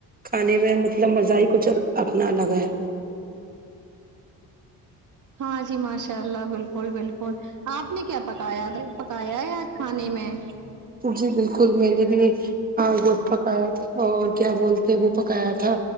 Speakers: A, on the right; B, on the right.
A: کھانے میں مطلب مزہ ہی کچہ اپنا الگ ہے
B: ہاں جی ماشاء اللہ بالکل بالکل آپ نے کیا پکایا ا پکایا ہے یہ کھانے میں
A: جی بالکل میں نے بھی ہاں گوشت پکایا تھا اور کیا بولتے وہ پکایا تھا